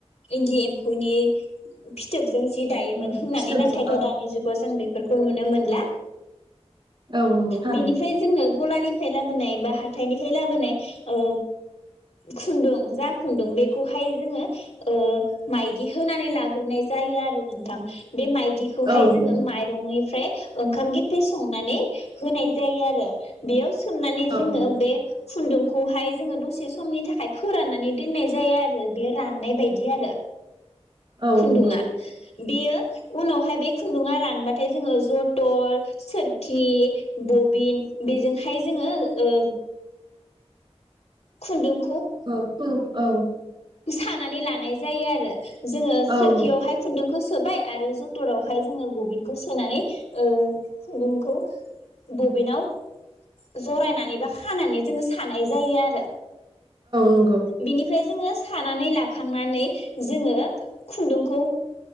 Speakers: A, on the left; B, on the right.
A: इन्दि एम्फौनि फिथोब जों जि दायोमोन
B: औ
A: होननानै
B: फिथोबजों
A: नाथायथदानि जुगाव जों बेख बेफोरखौ नुनो मोनला
B: औ नंगौथारैनो
A: बेनिफ्राय जोंनो गलानिफ्राय लाबोनाय बा हाथायनिफ्राय लाबोनाय ओ खन्दुं जा खुन्दुं बेखौहाय जोङो ओ माइदि होनानै ला गोरनाय जायो आरो नोंथां। बे माइदिखौहाय
B: औ
A: जोङो
B: नंगौ
A: माइरंनिफ्राय ओंखाम गेफे संनानै होनाय जायो आरो बेयाव सोमनानै
B: औ नंगौ
A: जोङो बे खुुनदुं खौहाय जोङो दसे समनि थाखाय फोराननानै दोननाय जायो आरो बेयो राननाय बायदि आरो
B: औ
A: खुन्दुङा
B: नंगौ
A: बेयो उनावहाय बे खुन्दुङा रानबाथाय जोङो जथर सोरखि बबिन बेजोंहाय जोङो ओ खुन्दुं
B: औ औ
A: इसान नानै लानाय जायो आरो जोङो सोरखिआवहाय
B: औ
A: खुन्दुंखौ सोना सोबाय आरो जथरावहाय जोङो बबिनखौ सोनानै ओ खुन्दुंखौ बबिनाव जरायनानै बा खानानै जोङो थानाय जायो आरो
B: नंगौ
A: बिनिफ्राय जोङो सानानै लाखांनानै जोङो खुन्दुंखौ